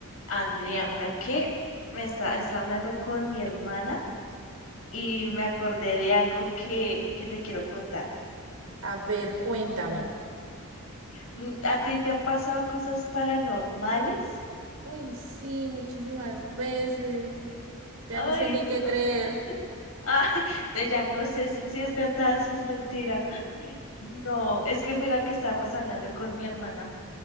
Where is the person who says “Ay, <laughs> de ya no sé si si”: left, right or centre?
Left